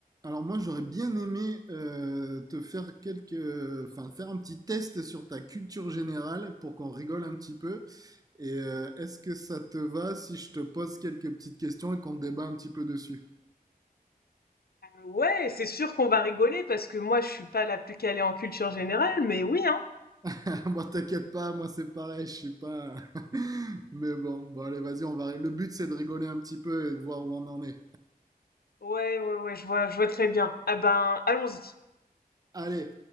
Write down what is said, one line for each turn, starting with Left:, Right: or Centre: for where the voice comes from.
Right: Alors moi j'aurais bien aimé euh, te faire quelques, enfin faire un petit test sur ta culture générale pour qu'on rigole un petit peu. Et euh, est-ce que ça te va si je te pose quelques petites questions et qu'on débat un petit peu dessus?
Left: Ouais, c'est sûr qu'on va rigoler parce que moi, je suis pas la plus calée en culture générale, mais oui, hein.
Right: <laughs> Bon t'inquiète pas, moi c'est pareil, je suis pas. <laughs> Mais bon, bon allez vas-y, on va. Le but c'est de rigoler un petit peu et de voir où on en est.
Left: Ouais, ouais, ouais, je vois, je vois très bien. Ah ben, allons-y.
Right: Allez,